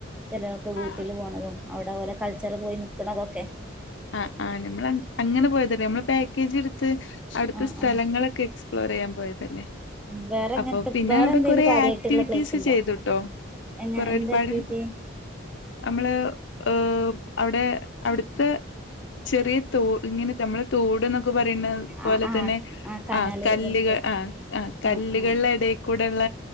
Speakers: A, in the centre; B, on the left.
A: ചിലരൊക്ക് വീട്ടില്
B: ആഹ്
A: പോണതും അവിടെ ഓലെ കൾച്ചർ പോയി നിക്കണതൊക്കെ.
B: ആഹ് ആഹ് നമ്മള അങ്ങനെ പോയതു നമ്മള് പാക്കേജ് ഇട്ത്ത് അവിടുത്തെ
A: ആഹ്
B: സ്ഥലങ്ങളൊക്കെ
A: ആഹ്
B: എക്സ്പ്ലോർ ചെയ്യാൻ പോയതല്ലേ
A: വേറെ എങ്ങനത്തെ
B: അപ്പൊ പിന്നെ
A: വേറെ
B: അവിടെ
A: എന്തെലും
B: കൊറേ
A: കാര്യമായിട്ടുള്ള
B: ആക്ടിവിറ്റീസ്
A: പ്ലേസ് ഉണ്ടോ
B: ചെയ്തുട്ടോ
A: എങ്ങ
B: കൊറേ
A: എന്ത്
B: ഒരുപാട്
A: ആക്ടിവിറ്റി
B: നമ്മള് ഏഹ് അവിടെ അവിടുത്തെ ചെറിയ തോ ഇങ്ങനെ നമ്മളെ തോട് എന്നൊക്കെ പറ <unintelligible> പോലെ
A: ആ ആ
B: തന്നെ
A: ആ കനാല്
B: ആഹ് കല്ലുകൾ
A: പോലത്തെ
B: ആഹ് ആഹ് കല്ലുകളുടെ
A: ആ ആ
B: എടേൽ കൂടെള്ള